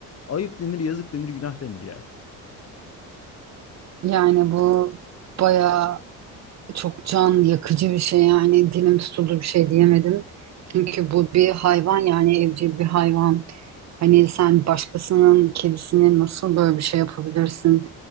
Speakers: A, on the left; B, on the right.
A: Ayıp denir, yazık denir, günah denir ya.
B: Yani bu bayağı çok can yakıcı bir şey yani dilim tutuldu bir şey diyemedim. Çünkü bu bir hayvan yani evcil bir hayvan. Hani sen başkasının kedisini nasıl böyle bir şey yapabilirsin?